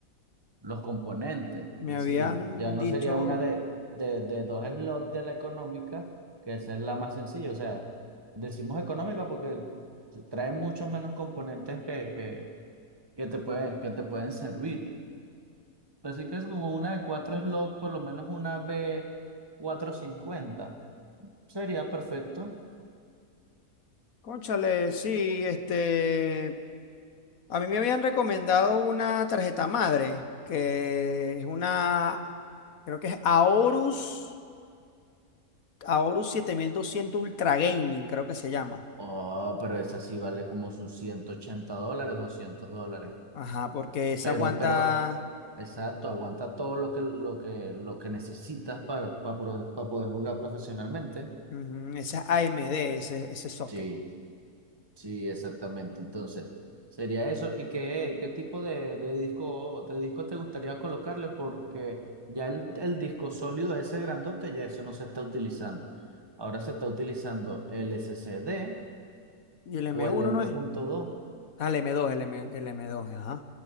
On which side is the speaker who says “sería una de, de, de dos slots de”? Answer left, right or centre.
Right